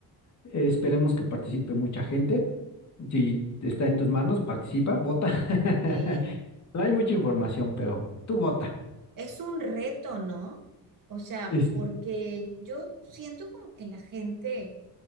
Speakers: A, on the left; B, on the right.
A: Eh, esperemos que participe mucha gente. Si está en tus manos, participa, vota. <laughs>
B: Sí.
A: No hay mucha información, pero tú vota.
B: Es un reto, ¿no? O sea,
A: Es-
B: porque yo siento como que la gente,